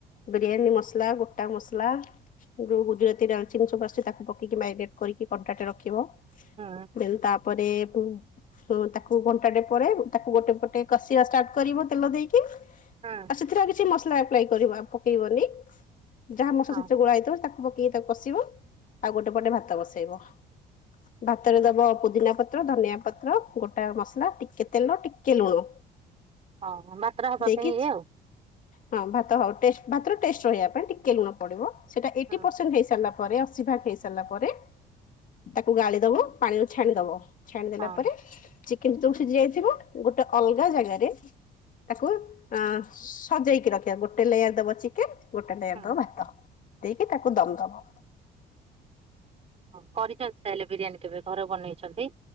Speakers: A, on the left; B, on the right.
A: ବିରିୟାନୀ ମସଲା ଗୋଟା ମସଲା ଯୋଉ ଗୁ ଗୁଜୁରାତି ଡାଲଚିନ୍ ସବୁ ଆସିଛି ତାକୁ ପକେଇକି ମାରିନେଟ୍ କରିକି ଘଣ୍ଟା ଟେ ରଖିବ
B: ହୁଁ
A: ଦେନ୍ ତା ପରେ ତ ତାକୁ ଘଣ୍ଟାଟେ ପରେ ତାକୁ ଗୋଟେ ପଟେ କଷିବା ଷ୍ଟାର୍ଟ କରିବ ତେଲ ଦେଇକି।
B: ହଁ।
A: ଆଉ ସେଥିରେ ଆଉ କିଛି ମସଲା ଆପ୍ଲାଏ ପକେଇବନି ଯାହା ମସଲା
B: ହଁ
A: ସେଥିରେ ଗୋଳା ହେଇଥିବ ତାକୁ ବା ତାକୁ କଷିବ ଆଉ ଗୋଟେ ପଟେ ଭାତ ବସେଇବ। ଭାତରେ ଦବ ପୁଦିନାପତ୍ର, ଧନିଆ ପତ୍ର, ଗୋଟା ମସଲା, ଟିକେ ତେଲ, ଟିକେ ଲୁଣ।
B: ହଁ ମାତ୍ରା ହବା
A: ଦେଇକି
B: ପାଇଁ ଇଏ ଆଉ।
A: ହଁ ଭାତ ହଉ ଭାତର ଟେଷ୍ଟ ରହିବା ପାଇଁ ଟିକେ ଲୁଣ ପଡିବ ସେଇଟା ଏଇଟି
B: ହଁ
A: ପରସେଣ୍ଟ ହେଇସାରିଲା ପ ପରେ ଅସିଭାଗ ହେଇ ସାରିଲା ପରେ ତାକୁ ଗାଳି ଦବ ପାଣି ଛାଣିଦବ ଛା
B: ହଁ
A: ପରେ ଚିକେନ ତ ଯୋଉ ସିଝିଯାଇଥିବ ଗୋଟେ ଅଲଗା ଜାଗାରେ ତାକୁ ଅ ସଜେଇକି ରଖିବା ଗୋଟେ ଲେୟାର ଦବ ଚିକେନ ଗୋଟେ ଲେୟାର
B: ହଁ।
A: ଦବ ଭାତ। ଦେଇକି ତାକୁ ଦମ ଦବ।
B: ହ କରିଛନ୍ତି ତାହେଲେ ବିରିୟାନୀ କେବେ ଘରେ ବନେଇଛନ୍ତି?